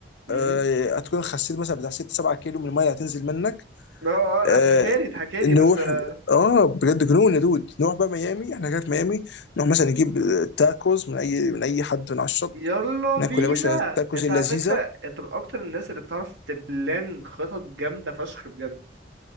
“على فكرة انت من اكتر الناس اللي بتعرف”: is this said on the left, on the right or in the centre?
Right